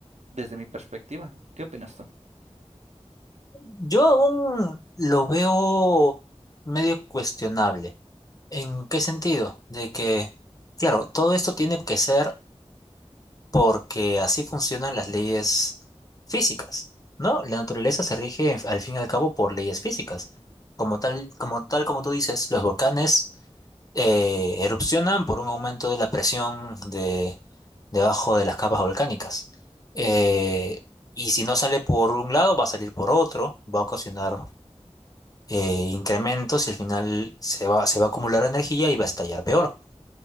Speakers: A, on the right; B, on the left.
A: desde mi perspectiva. ¿Qué opinas tú?
B: Yo aún lo veo medio cuestionable. ¿En qué sentido? De que, claro, todo esto tiene que ser porque así funcionan las leyes físicas, ¿no? La naturaleza se rige en- al fin y al cabo por leyes físicas. Como tal, como tal como tú dices, los volcanes eh, erupcionan por un aumento de la presión de, debajo de las capas volcánicas. Eh, y si no sale por un lado, va a salir por otro, va a ocasionar eh, incrementos y al final se va, se va a acumular energía y va a estallar peor.